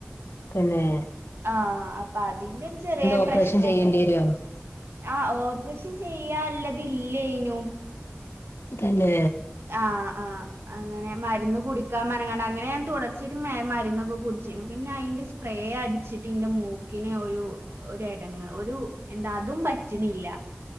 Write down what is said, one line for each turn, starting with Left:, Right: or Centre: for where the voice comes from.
Left: തന്നേ
Right: ആഹ് അപ്പാതിൻ്റൊരു ചെറിയ
Left: ഓപ്പറേഷൻ
Right: പ്രശ്നണ്ട്
Left: ചെയ്യേണ്ടി വരോ
Right: ആ ഓപ്രേഷൻ ചെയ്യാനുള്ളതില്ലെയ്നും
Left: തന്നേ
Right: ആഹ് ആഹ് അങ്ങനെ മരുന്ന് കുടി ക്കമനങ്ങാണ്ടങ്ങനെ ഞാൻ തുടർച്ചായിട്ട് മെമരുന്നൊക്കെകുടിച്ചിനു പിന്നയിൻ്റെ സ്പ്രേ അടിച്ചിട്ട് ഇൻ്റെ മൂക്ക് ക്ക്നൊരു ഒരെടങ്ങ് ഒരു എന്താ അതും പറ്റിണില്ല